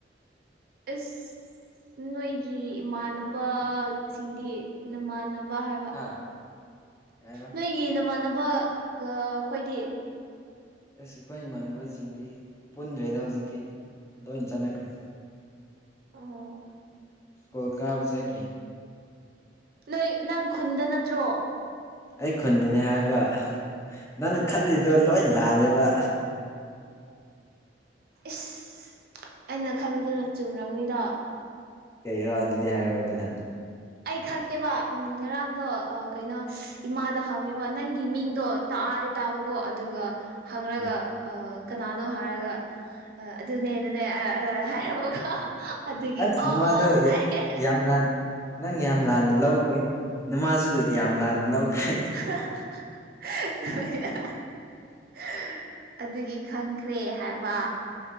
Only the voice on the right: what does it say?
ꯑꯁ ꯅꯣꯏꯒꯤ ꯏꯃꯥꯟꯅꯕ ꯁꯤꯡꯗꯤ ꯅꯃꯥꯟꯅꯕ ꯍꯥꯏꯕ
ꯅꯣꯏꯒꯤ ꯅꯃꯥꯟꯅꯕ ꯑꯩꯈꯣꯏꯗꯤ
ꯑꯣ
ꯅꯣꯏ ꯅꯪ ꯈꯨꯟꯗ ꯅꯠꯇ꯭ꯔꯣ
ꯏꯁ ꯑꯩꯅ ꯈꯟꯕꯗꯨꯗ ꯆꯨꯝꯔꯒꯅꯤꯗ
ꯑꯩ ꯈꯪꯉꯦꯕ ꯎꯝ ꯉꯔꯥꯡꯗꯣ ꯀꯩꯅꯣ ꯏꯃꯥꯗ ꯍꯪꯉꯦꯕ ꯅꯪꯒꯤ ꯃꯤꯡꯗꯣ ꯇꯥꯗꯤ ꯇꯥꯕꯀꯣ ꯑꯗꯨꯒ ꯍꯪꯔꯒ
ꯑ ꯀꯅꯥꯅꯣ ꯍꯥꯏꯔꯒ ꯑꯗꯨꯅꯦ ꯑꯗꯨꯅꯦ ꯍꯥꯏꯔꯕꯀꯣ ꯑꯗꯨꯒꯤ
ꯑꯣ
ꯑꯣ ꯍꯥꯏꯌꯦ
ꯍꯣꯏ ꯑꯗꯨꯒꯤ ꯈꯪꯈ꯭ꯔꯦ ꯍꯥꯏꯕ